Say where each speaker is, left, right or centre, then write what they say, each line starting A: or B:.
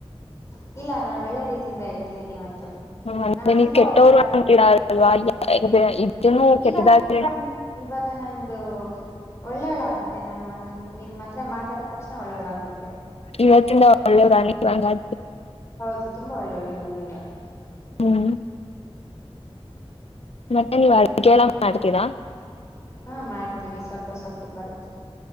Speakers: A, on the left; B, on the left.
A: ಹ ಇಲ್ಲ ನಾನ್ ಒಳ್ಳೆ ರೀತಿಯಿಂದ ಹೇಳ್ತಿದ್ದೀನಿವತ್ತು
B: ಅಂದ್ರೆ
A: ನಾ
B: ನೀವ್
A: ತುಂಬಾ
B: ಕೆಟ್ಟವ್ರು
A: ಒಳ್ಳೇಗ್ಬೇಕ
B: ಅಂತೀರಾ <inaudible> ಕೆಟ್ಟದಾದ್ರೆ
A: ಇವಾಗ ಇವಾಗ ಇವಾಗ ನಂದು ಒಳ್ಳೆ ಒಳ ಆಗ್ಬಿಟ್ಟೆ ನಾನು ಒಂದ ನಿಮ್ ಹತ್ರ ಮಾತಾಡಿದ ತಕ್ಷಣ ಒಳ್ಳೆಳಾಗಬುತ್ತೆ
B: ಇವತ್ತಿಂದ ಒಳ್ಳೆವಾನ ಇವಾಗ
A: ಹೌದು ತುಂಬಾ ಒಳ್ಳೇವಳು ಇಲ್ಲಿಲ್ಲ
B: ಹ್ಮ್ ಮತ್ತೆ ನೀವ ಅಡಗೆ ಎಲ್ಲ ಮಾಡ್ತೀರಾ
A: ಹಾ ಮಾಡ್ತೀವಿ ಸ್ವಲ್ಪ ಸ್ವಲ್ಪ ಬರುತ್ತೆ